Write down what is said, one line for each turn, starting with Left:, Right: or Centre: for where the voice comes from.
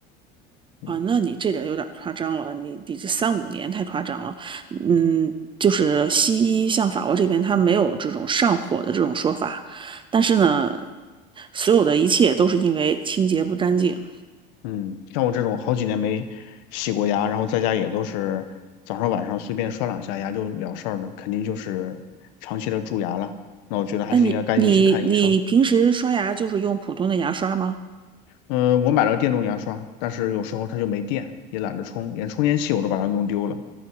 Left: 嗯
Right: 啊，那你这点有点夸张了，你你这三五年太夸张了。嗯，就是西医像法国这边，它没有这种上火的这种说法，但是呢，所有的一切都是因为清洁不干净。
Left: 嗯，像我这种好几年没洗过牙，然后在家也都是早上晚上随便刷两下牙就了事儿的，肯定就是长期的蛀牙了。那我觉得还是应该赶紧去看医生。
Right: 哎，你你你平时刷牙就是用普通的牙刷吗？
Left: 嗯、我买了电动牙刷，但是有时候它就没电，也懒得充，连充电器我都把它弄丢了。